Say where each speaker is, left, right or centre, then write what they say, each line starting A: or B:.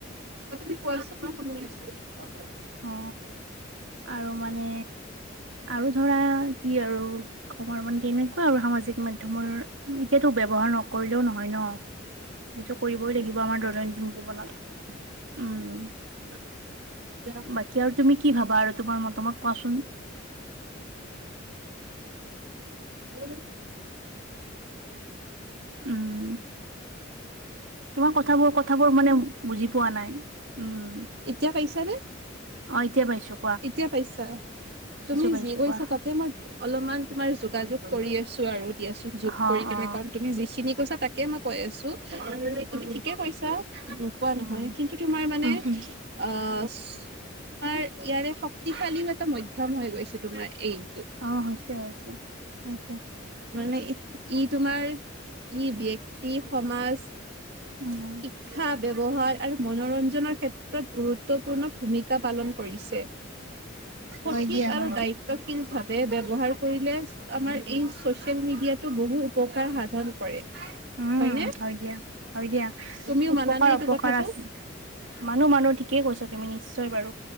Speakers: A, on the right; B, on the right.
A: অ তুমি কোৱাচোন মই শুনি আছোঁ। <unintelligible>
B: অ। আৰু মানে আৰু ধৰা কি আৰু খবৰ <unintelligible> অ আৰু সামাজিক মাধ্যমৰ এতিয়াতো ব্যৱহাৰ নকৰিলেও নহয় ন। সেইটো কৰিবই লাগিব আমাৰ দৈনন্দিন জীৱনত উম।
A: <unintelligible>
B: বাকী আৰু তুমি কি ভাবা আৰু তোমাৰ মতামত কোৱাচোন?
A: <unintelligible>
B: উম। তোমাৰ কথাবোৰ কথাবোৰ মানে বুজি পোৱা নাই উম।
A: এতিয়া পাইছানে?
B: অঁ এতিয়া পাইছোঁ।
A: এতিয়া পাইছা, তুমি
B: পাইছো
A: যি কৈছা
B: কোৱা
A: তাতে মই অলপমান তোমাৰ যোগাযোগ কৰি আছো আৰু দিয়াচোন
B: অ
A: যোগ কৰি কেনে
B: অ
A: কাৰণ তুমি যিখিনি কৈছা তাক কে মই কৈ আছো তুমি ঠিকে কৈছা নোকোৱা
B: উম
A: নহয় কিন্তু তোমাৰ মানে
B: উম উম
A: অ চ তোমাৰ ইয়াৰে শক্তিশালী এটা মাধ্যম হৈ গৈছে তোমাৰ এই।
B: অ হৈছে হৈছে হৈছে।
A: মানে ইহ ই তোমাৰ ই ব্যক্তি সমাজ
B: উম
A: শিক্ষা ব্যৱহাৰ আৰু মনোৰঞ্জনৰ ক্ষেত্ৰত গুৰুত্বপূৰ্ণ ভূমিকা পালন ক হৈছে সঠিক
B: হয় দিয়া
A: আৰু
B: হয় দিয়া
A: দায়ি ত্বশিলভাৱে ব্যৱহাৰ কৰিলে আমাৰ এই চচিয়েল মিডিয়াটো বহু উপকাৰ সাধন কৰে।
B: উম
A: হয়নে
B: হয় দিয়া, হয় দিয়া
A: তুমিও
B: উপকাৰ
A: মানানে এইটো
B: অপকাৰ
A: কথাটো
B: আছ মানুহ মানুহ ঠিকেই কৈছা তুমি নিশ্চয় বাৰু।